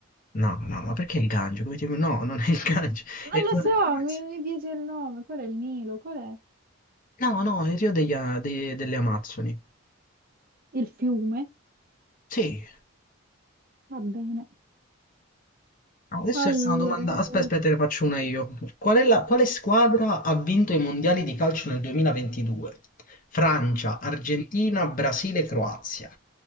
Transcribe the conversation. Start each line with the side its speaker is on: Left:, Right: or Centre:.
Left: No, no, ma perché il Gange? Come ti- No, non è il Gange,
Right: Non
Left: è il
Right: lo
Left: Rio
Right: so,
Left: delle Amazzoni.
Right: mi, mi piace il nome. Qual è il Nilo? Qual è
Left: No, no, il Rio degli A- de- delle Amazzoni.
Right: il fiume?
Left: Sì,
Right: Va bene.
Left: No, adesso
Right: Allora,
Left: è una domanda. Aspetta, aspetta, te ne faccio una io. Qual è la- Quale squadra ha vinto i mondiali di calcio nel 2022? Francia, Argentina, Brasile, Croazia.